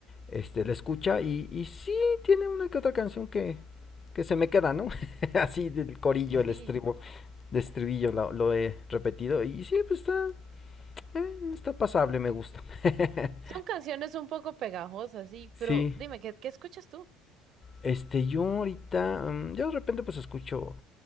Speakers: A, on the left (about 35°); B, on the right (about 55°).
A: este, la escucha y, y sí tiene una que otra canción que, que se me queda, ¿no? <laughs> Así del corillo,
B: Sí,
A: el
B: sí.
A: estribo, de estribillo la- lo, he repetido y sí, pues está, eh, está pasable, me gusta. <laughs>
B: Son canciones un poco pegajosas, sí,
A: Sí,
B: pero dime, ¿qué, qué escuchas tú?
A: Este, yo ahorita, mm, yo de repente pues escucho,